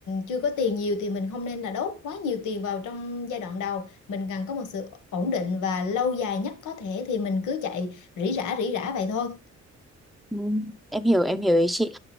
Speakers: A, on the left; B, in the centre.
A: chưa có tiền nhiều thì mình không nên là đốt quá nhiều tiền vào trong giai đoạn đầu mình cần có một sự ổn định và lâu dài nhất có thể thì mình cứ chạy rỉ rả rỉ rả vậy thôi
B: Ừ, em hiểu em hiểu ý chị